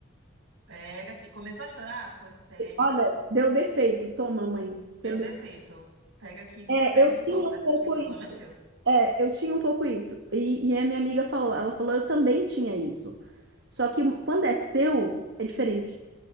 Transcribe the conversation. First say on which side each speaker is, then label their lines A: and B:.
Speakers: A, on the right; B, on the right.
A: Pega aqui. Começou a chorar? Pois pegue
B: Olha,
A: aqui.
B: deu defeito, toma, mãe.
A: Deu
B: Que é
A: defeito? Pega aqui,
B: É,
A: pegue
B: eu
A: de volta,
B: tinha um pouco
A: que o problema
B: isso.
A: é seu.
B: É, eu tinha um pouco isso. E, e a minha amiga falou, ela falou, eu também tinha isso. Só que quando é seu, é diferente.